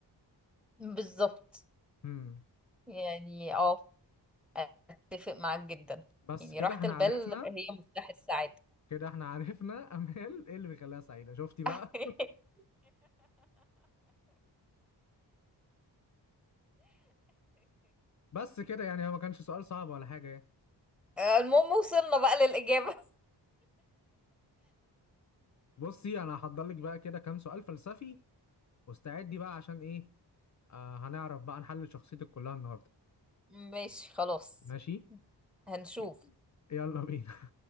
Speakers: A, in the centre; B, on the left (about 40°).
A: بالظبط
B: امم
A: يعني اه اتفق معاك جدا
B: بس
A: يعني
B: كده
A: راحة
B: احنا
A: البال
B: عرفنا
A: هي مفتاح السعادة
B: كده احنا عرفنا <laughs> امال ايه اللي بيخليها سعيدة شفتي بقى
A: <laughs>
B: بس كده يعني هو ما كانش سؤال صعب ولا حاجة يعني
A: المهم وصلنا بقى للإجابة
B: بصي انا هحضر لك بقى كده كام سؤال فلسفي واستعدي بقى عشان ايه آه هنعرف بقى نحلل شخصيتك كلها النهاردة
A: ماشي خلاص
B: ماشي
A: هنشوف
B: ي- يلا بينا